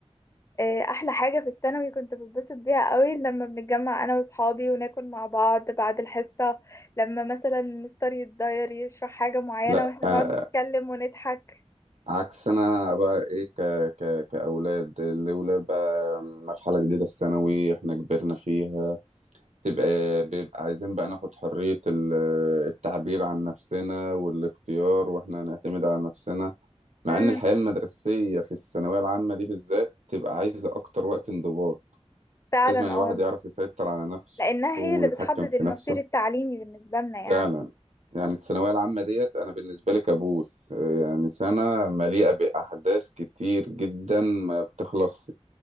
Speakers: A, on the left; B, on the right.
A: آه، احلى حاجة في الثانوي كنت بتبسط بيها قوي لما بنتجمع انا واصحابي وناكل مع بعض بعد الحصة لما مثلا المستر يتضاير يشرح حاجة معينة
B: لا
A: واحنا
B: أنا-
A: نقعد نتكلم ونضحك
B: عكس انا بقى ايه ك... ك... كأولاد الأولاد بقى مرحلة جديدة الثانوي احنا كبرنا فيها تبقى بيبقى عايزين بقى ناخد حرية ال- التعبير عن نفسنا والاختيار واحنا هنعتمد على نفسنا مع
A: امم
B: ان الحياة المدرسية في الثانوية العامة دي بالذات تبقى عايزة اكتر وقت انضباط
A: فعلا
B: لازم الواحد
A: اه
B: يعرف يسيطر على نفسه
A: لانها
B: ويتحكم
A: هي اللي بتحدد
B: في
A: المصير
B: نفسه
A: التعليمي بالنسبه لنا
B: فعلا
A: يعني
B: يعني الثانوية العامة ديت انا بالنسبة لي كابوس يعني سنة مليئة بأحداث كتير جدا ما بتخلصش